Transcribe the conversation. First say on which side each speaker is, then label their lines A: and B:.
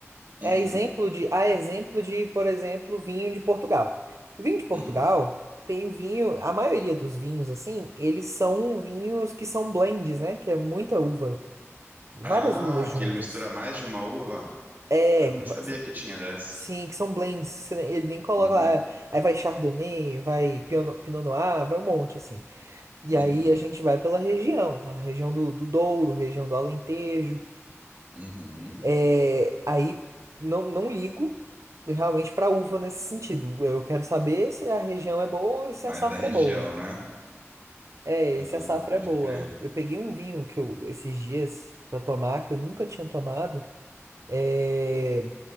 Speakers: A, on the right; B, on the right.
A: Uhum,
B: É exemplo de, a exemplo de, por exemplo, vinho de Portugal. Vinho de Portugal
A: uhum.
B: tem vinho, a maioria dos vinhos assim, eles são vinhos que são blends, né? Que é muita uva, várias
A: Ah,
B: uvas juntas.
A: que ele mistura mais de uma uva?
B: É,
A: Ah, nem
B: ba-
A: sabia
B: são-
A: que tinha dessa.
B: sim, que são blends. você nem- Ele nem coloca
A: Uhum,
B: lá, é, aí vai Chardonnay, vai Pinot Pinot Noir, vai um monte assim. E
A: uhum,
B: aí a gente vai pela região, a região do, do Douro, região do Alentejo.
A: uhum.
B: É, aí não, não ligo realmente para uva nesse sentido. Eu quero saber se a região é boa e se
A: Mais
B: a safra
A: da região,
B: é boa.
A: né?
B: É,
A: Ah,
B: se a safra
A: pode
B: é boa.
A: crer.
B: Eu peguei um vinho que eu esses dias para tomar que eu nunca tinha tomado, é,